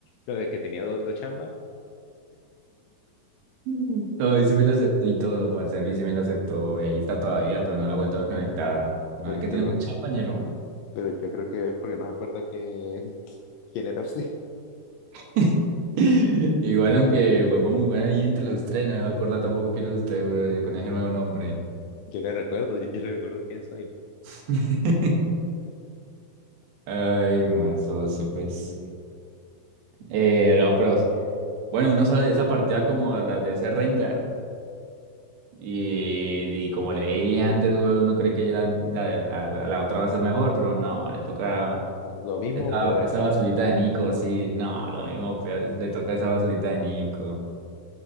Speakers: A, on the left (about 80°); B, on the right (about 75°).
A: lo de que tenía dos chamba.
B: Mm. No, a mí sí me la aceptó y todo, parce. A mí sí me la aceptó. Ahí está todavía, pero no la he vuelto a ver conectada. No,
A: Pero
B: hay que
A: yo, creo-
B: tiene mucho compañero.
A: pero yo creo que es porque no se acuerda que, <laughs> quién era usted.
B: <laughs> Igual, aunque pues, vamos a jugar ahí entre los tres, no me va a acordar tampoco quién es usted, güey, con ese nuevo nombre.
A: Yo le recuerdo, yo, yo le recuerdo quién soy.
B: <laughs> Ay, mazo, sí, pues.
A: Mm,
B: Eh, no, pero bueno, uno sale de esa partida como las de ese Rengar. Y, y como le dije antes, güey, uno cree que ya la, la- la- la- la otra va a ser mejor, pero no, le toca
A: Lo mismo
B: esa,
A: o peor.
B: esa basurita de Nico, sí, no, lo mismo, pero es- le toca esa basurita de Nico.